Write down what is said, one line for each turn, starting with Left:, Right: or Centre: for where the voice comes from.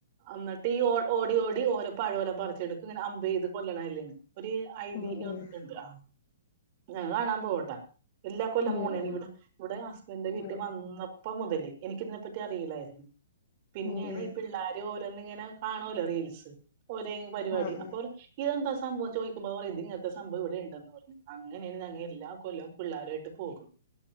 Right: അന്നിട്ട് ഈ ഓ ഓടി ഓടി ഓരോ പഴോല പറിച്ചെടുക്കും ഇങ്ങനെ അമ്പെയ്ത് കൊല്ല്ണെ അല്ലാണ് ഒരു ഐതിഹ്യം
Left: ഉം ഉം
Right: ഉണ്ട് ആഹ് ഞാൻ കാണാൻ പോവുട്ടോ എല്ലാ കൊല്ലൊന്നും
Left: ഉം
Right: വന്നില്ലിവിടെ ഇവിടെ ഹസ്ബൻഡിന്റെ വീട്ടിൽ
Left: ഉം ഉം
Right: വന്ന ന്നപ്പം മുതല് എനക്ക് ഇതിനെപ്പറ്റി അറിയില്ലായിരന്നു. പിന്നെയാണ്
Left: ഉം ഉം
Right: പിള്ളേര് ഓരോന്നിങ്ങനെ കാണൂലെ റീൽസ്. ഒരേ പരിവാടി
Left: ആഹ് ആഹ്
Right: അപ്പോൾ എന്താ സംഭവം ചോദിക്കുമ്പോ പറയും ഇത് ഇങ്ങനെത്തെ സംഭവം ഇവിടെ ഉണ്ടെന്ന് പറഞ്ഞു അങ്ങനെയാണ് ഞങ്ങ എല്ലാ കൊല്ലം പിള്ളേരു ആയിട്ട് പോകും